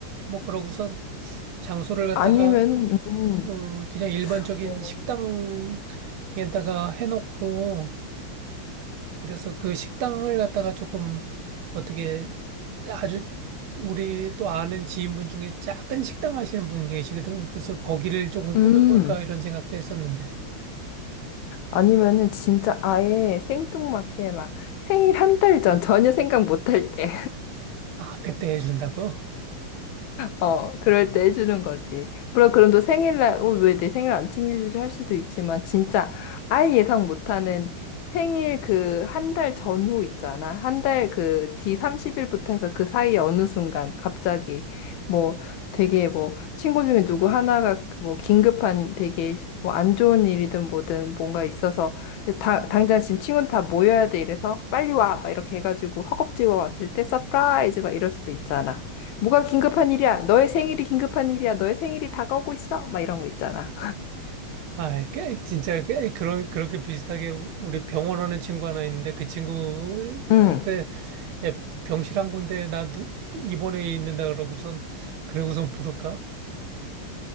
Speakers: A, on the right (about 75°); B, on the left (about 75°).
A: 뭐 그러고선 장소를 갖다가
B: 아니면 음,
A: 음, 그냥 일반적인
B: 어.
A: 식당에다가 해놓고 그래서 그 식당을 갖다가 조금 어떻게 아주 우리 또 아는 지인분 중에 작은 식당 하시는 분 계시거든. 그래서 거기를 조금
B: 음
A: 꾸며볼까 이런 생각도 했었는데.
B: 아니면은 진짜 아예 생뚱맞게 막 생일 한 달 전 전혀 생각 못할때
A: 아, 그때 해준다고?
B: 어, 그럴 때 해주는 거지. 물론 그럼 또 생일날, 어, 왜 내 생일 안 챙겨주지 할 수도 있지만, 진짜 아예 예상 못하는 생일 그 한 달 전후 있잖아. 한 달 그 뒤 30일부터 해서 그 사이에 어느 순간 갑자기 뭐 되게 뭐 친구 중에 누구 하나가 뭐 긴급한 되게 뭐 안 좋은 일이든 뭐든 뭔가 있어서 다, 당장 지금 친구는 다 모여야 돼 이래서 빨리 와! 막 이렇게 해가지고 허겁지겁 왔을 때 서프라이즈 막 이럴 수도 있잖아. 뭐가 긴급한 일이야? 너의 생일이 긴급한 일이야. 너의 생일이 다가오고 있어. 막 이런 거 있잖아.
A: 아, 꽤, 진짜 꽤 그런, 그렇게 비슷하게 우- 우리 병원 하는 친구 하나 있는데 그 친구한테
B: 응.
A: 야, 병실 한 군데 나 누- 입원해 있는다 그러고선 그러고선 부를까?